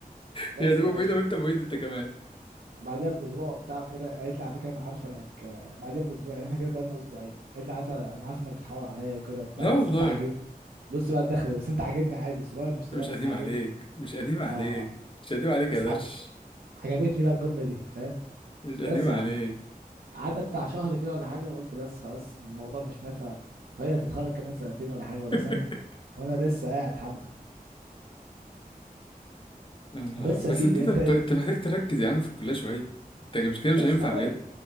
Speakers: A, on the right (about 80°); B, on the left (about 35°).
A: بس
B: هي هتبقى
A: يا باشا
B: معيده وانت معيد انت كمان
A: بعديها باسبوع بتاعه كده قالت لي على فكره انا عارفه انك آه، بعديها باسبوع يعني احنا كده بقالنا اسبوعين قالت لي عارفه انا عارفه انك بتحاول عليا وكده وبتاع
B: لا والله
A: بس انت عاجب
B: انت
A: بص بقى الدخله دي بس انت عاجبني عادي صغير مش صغير
B: مش قديم
A: بس عاجبني
B: عليك مش قديم عليك
A: اه
B: مش قديم عليك
A: بس
B: يا درش
A: ع- عجبتني بقى الجمله دي فاهم
B: مش قديم
A: بس
B: عليك
A: يا عم قعدنا بتاع شهر كده ولا حاجه وقلت بس خلاص الموضوع مش نافع هي هتتخرج كمان سنتين ولا حاجه ولا
B: <laughs>
A: سنه وانا لسه قاعد حبه
B: يا نهار
A: بس
B: أبيض. بس
A: يا سيدي
B: انت
A: انت
B: طب
A: انت
B: انت محتاج تركز يا عم في الكليه شويه انت مش كده مش
A: بس
B: هينفع
A: خلاص
B: بجد